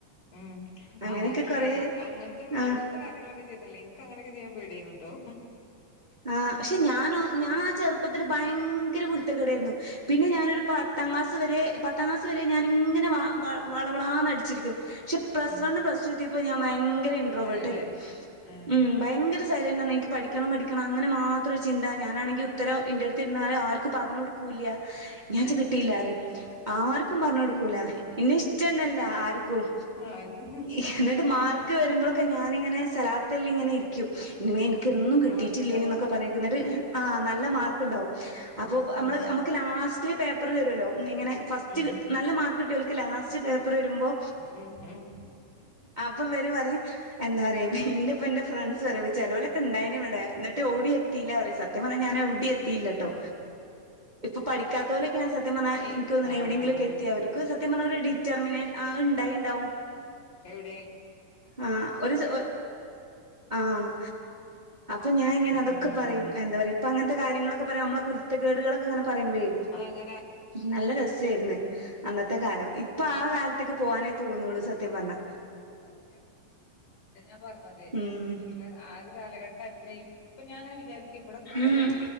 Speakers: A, on the left; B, on the right.
A: ഉം
B: അങ്ങനെയൊക്കെ
A: അല്ലേ
B: കൊറേ
A: അങ്ങനത്തെ കാര്യങ്ങളൊക്കെ
B: ആഹ്
A: അങ്ങനത്തെ കാര്യങ്ങൾ ചെയ്തില്ലേ ഇനിക്ക് അങ്ങനൊക്കെ ചെയ്യാൻ പേടിയേന്നു ട്ടോ
B: ആ ക്ഷെ ഞാനോ ഞാൻ ആ ചെറുപ്പത്തിൽ ഭയങ്കര കുരുത്തക്കേടേരുന്നു പിന്നെ ഞാനൊരു പ പത്താം ക്ലാസ് വരെ പത്താം ക്ലാസ് വരെ ഞാൻ ഇങ്ങനെ വളവളാന്നടിച്ചിരിക്കും പക്ഷെ പ്ലസ്
A: ഉം
B: വണ് പ്ലസ് ടു എത്തിപ്പ ഞാൻ ഭയങ്കര ഇൻറ്രോവേർട്ടായി
A: സൈലന്റ് ആയേ ആഹ്
B: ഉം ഭയങ്കര സൈലന്റെന് എനിക്ക് പഠിക്കണം പഠിക്കണം അങ്ങനെ മാത്രം ചിന്ത ഞാനാണെങ്കിൽ ഉത്തര ഇന്റ ടുത്തിരുന്നാല ആർക്ക് പറഞ്ഞു കൊടു കൂല്യ ഞാ
A: അതെ
B: ച്ച്കിട്ടിയില്ലറയും ആർക്കും പറഞ്ഞ കൊടുക്കൂല ഇന്നെ ഇഷ്ടന്നല്ല ആർക്കും
A: ആർക്ക്
B: എന്നിട്ട്
A: ഉം
B: മാർക്ക് വരുമ്പോ ക്ക് ഞാനിങ്ങനെസൊലാത്ചൊല്ലിങ്ങനെ ഇരിക്കും ഇമ്മേ എനിക്കന്നും
A: ഉം
B: കിട്ടീട്ടില്ലേനു
A: മാർക്ക്ണ്ടാവോ
B: ന്നൊക്കെ പറഞ്ഞിട്ട്- ഞ് ന്നിട്ട് ആ നല്ല മാർക്ക് ഉണ്ടകും അപ്പോ നമ്മൾ
A: ഉം
B: നമ്മ ക്ക് ലാസ്റ്റില് പേപ്പർ തരോല്ലോ ഇങ്ങനെ ഫസ്റ്റ്
A: ഉം ഉം
B: നല്ല മാർക്ക് കിട്ട്യോല്ക് ലാസ്റ്റ് പേപ്പർ തരുമ്പോ
A: ഉം ഉം ഉം
B: അപ്പൊ ഇവര് പറയും എന്താറയ എന്റെപ്പൊ എന്റെ ഫ്രണ്ട്സ് പറയും ചെലൊലൊക്കെഉണ്ടായിന്ന് വിടെ ന്നിട്ട് എവിടിം എത്തിയില്ല പറയും സത്യം പറഞ്ഞാൽ ഞാൻ എവിടിം എത്തിയില്ലട്ടോ ഇപ്പൊ പഠിക്കാത്ത പോലൊെക്കെയാണ് സത്യം പറഞാ എനിക്ക്തോന്നണത്
A: ആഹ്
B: എവിടെയെങ്കിലൊക്കെ
A: ആഹ് ആഹ്
B: എത്തിയത് അവർക്ക് സത്യം പറഞ്ഞ ഒരു ഡിറ്റർമിനേഷൻ ആഹ് ണ്ടായി ണ്ടാവും
A: എവിടെയ
B: ആ ഒരു ചോ ആഹ് അപ്പ ഞാന ഇങ്ങനെതൊക്കെ
A: ഉം ഉം
B: പറയും
A: ഉം
B: എന്താ പറയാ ഇപ്പ അങ്ങനത്തെ കാര്യങ്ങളക്കെ പറയും നമ്മള കുരുത്തക്കേടുകളൊക്കെങ്ങെ പറയുംപേ
A: ആ <unintelligible>
B: നല്ല രസേരുന്നു അന്നത്തെ കാലം ഇപ്പൊ ആ കാലത്തേക്ക് പോവാനേ തോന്നുന്നുള്ളൂ സത്യം പറഞ്ഞ
A: സത്യം ഇതാഞാ പറഞ്ഞത് അങ്ങനെയുള്ള
B: ഉം
A: ആ ഒരു കാലഘട്ട അല്ല ഇപ്പൊ ഞാൻ അങ്ങനെ വിചാരിക്കും ഇവിടെ കുട്ടികള്
B: ഉം